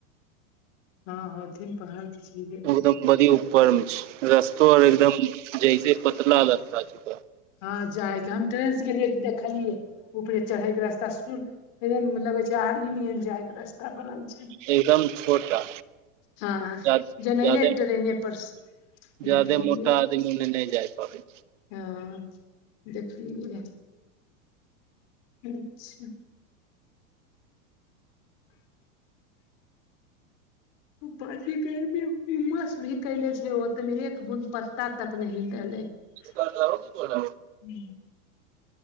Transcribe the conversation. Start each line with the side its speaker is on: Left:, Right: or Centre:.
Left: हँ होथिन पहाड़ कि छिबे
Right: एकदम
Left: करबै
Right: बड़ी ऊपर मे छै रस्तो आओर एकदम जैसे पतला रस्ता छै ओकरा
Left: हँ जायके हम ट्रेन से गेलियै तऽ देखलियै ऊपरे चढ़ैके रास्ता सुुर एदम लगै छै आरी नियन जाय के रास्ता बनल छै
Right: एकदम छोटा
Left: हँ
Right: जादे
Left: जनेले ट्रेने पर
Right: जादे
Left: देखलियै
Right: मोटा ओने नय जाय पाबै छै
Left: हँ देखलियै रहै अच्छा बाजी भी उमस भी कैले छै ओतने बुन पत्ता तक नय हील रहले हन
Right: छै। सर